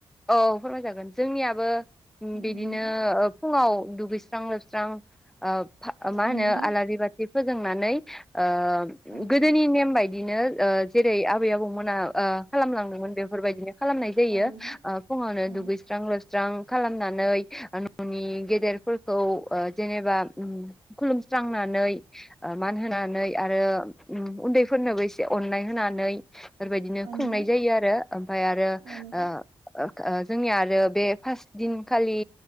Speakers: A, in the centre; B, on the right.
A: औ फोरमायजागोन जोंनियाबो बिदिनो
B: दे नोंथां
A: फुङाव - दुगैस्रां लोबस्रां अ। मा
B: औ
A: होनो
B: नोंथां
A: आलारि बा फोजोंनानै ओ
B: औ
A: गोदोनि
B: औ
A: नेम बाय दिनो ओ जेरै आबै आबौमोना ओ खालामलांदोंमोन बेफोरबायदिनो खालामनाय जायो।
B: औ नोंथां
A: फुङावनो
B: औ
A: दुगैस्रां लोब सुस्रां खालामनानै ननि गेदेरफोरखौ अ जेनेबा खुलुमस्रांनानै मान होनानै आरो उन्दैफोरनोबो एसे अननाय होनानै बेबायदिनो
B: औ
A: खुंनाय
B: नोंथां
A: जायो आरो ओमफाय आरो
B: औ नोंथां
A: ओ जोंनिया आरो बे फार्स्ट दिनखालि